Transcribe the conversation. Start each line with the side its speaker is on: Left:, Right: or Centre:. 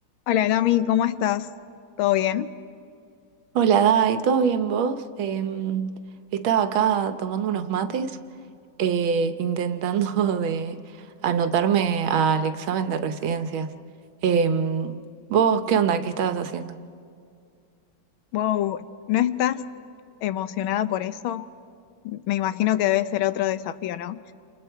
Left: Hola Cami, ¿cómo estás? ¿Todo bien?
Right: Hola, Dai, ¿todo bien vos? Em, estaba acá tomando unos mates, eh, intentando <laughs> de anotarme al examen de residencias. Em, ¿vos qué onda? ¿Qué estabas haciendo?
Left: Wow, ¿no estás emocionada por eso? Me imagino que debe ser otro desafío, ¿no?